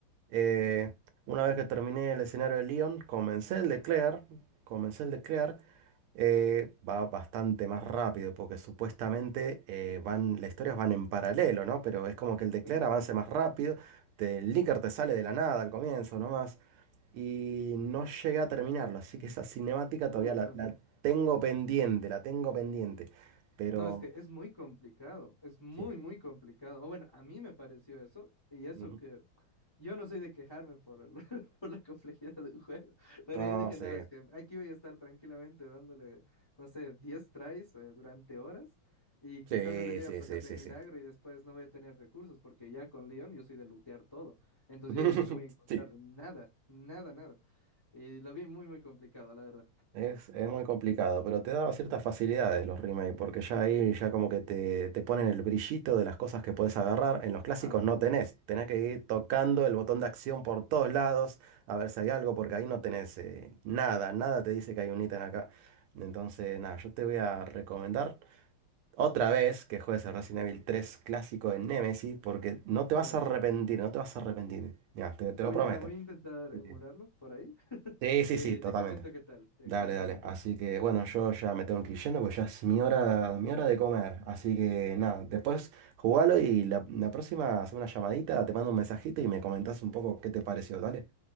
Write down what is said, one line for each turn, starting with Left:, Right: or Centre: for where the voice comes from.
Right: Eh, una vez que terminé el escenario de Leon, comencé el de Claire, comencé el de Claire eh, va bastante más rápido, porque supuestamente eh, van, las historias van en paralelo, ¿no? Pero es como que el de
Left: Sí.
Right: Claire avance más rápido, te- el Licker te sale de la nada al comienzo nomás, y no llega a terminarlo, así que esa cinemática
Left: Uh,
Right: todavía la,
Left: también.
Right: la tengo pendiente, la tengo pendiente, pero...
Left: No, es que es muy complicado, es muy,
Right: sí.
Left: muy complicado. O bueno, a mí me pareció eso, y eso
Right: Ujú.
Left: que yo no soy de quejarme por el, <laughs> por la complejidad del juego, pero
Right: Ah,
Left: yo dije,
Right: sí,
Left: no, es que aquí voy a estar tranquilamente dándole, no sé, 10 tries eh, durante horas, y quizá
Right: sí,
Left: me lo llegue
Right: sí,
Left: a pasar
Right: sí,
Left: de
Right: sí,
Left: milagro
Right: sí.
Left: y después no voy a tener recursos, porque ya con Leon yo soy de lootear todo. Entonces
Right: <laughs>
Left: yo dije, no voy a encontrar
Right: Sí,
Left: nada, nada, nada. Y lo vi muy, muy complicado, la verdad.
Right: Es, es muy complicado, pero te daba ciertas facilidades los remakes, porque ya ahí ya como que te, te ponen el brillito de las cosas que puedes agarrar. En los clásicos
Left: Ah, también.
Right: no tenés, tenés que ir tocando el botón de acción por todos lados a ver si hay algo, porque ahí no tenés eh, nada, nada te dice que hay un ítem acá. Entonces, nada, yo te voy a recomendar otra vez que juegues el Resident Evil tres clásico en Nemesis, porque no
Left: Dale.
Right: te vas a arrepentir, no te vas a arrepentir. Ya, te, te
Left: Voy
Right: lo prometo.
Left: a, voy a intentar
Right: Así
Left: emularlo
Right: que-
Left: por ahí. <laughs>
Right: Sí, sí,
Left: Y
Right: sí, totalmente.
Left: te comento qué tal, te
Right: Dale,
Left: comento
Right: dale.
Left: qué tal.
Right: Así que bueno, yo ya me tengo que ir yendo porque ya es mi hora, mi hora de comer. Así que nada, después jugalo y la, la próxima hace una llamadita, te mando un mensajito y me comentás un poco qué te pareció. Dale.